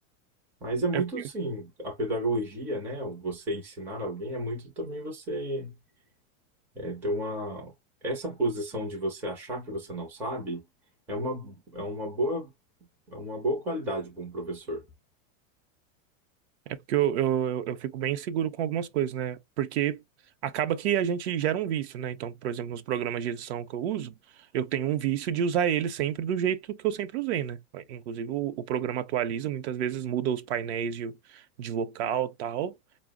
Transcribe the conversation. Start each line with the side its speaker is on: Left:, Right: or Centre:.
Centre: Mas é muito
Right: É
Centre: assim, a pedagogia, né, você ensinar alguém é muito também você é, ter uma essa posição de você achar que você não sabe é uma é uma boa é uma boa qualidade para um professor.
Right: É porque eu, eu, eu eu fico bem inseguro com algumas coisas, né? Porque acaba que a gente gera um vício, né? Então, por exemplo, nos programas de edição que eu uso, eu tenho um vício de usar ele sempre do jeito que eu sempre usei, né? Inclusive, o, o programa atualiza, muitas vezes muda os painéis de, de vocal e tal,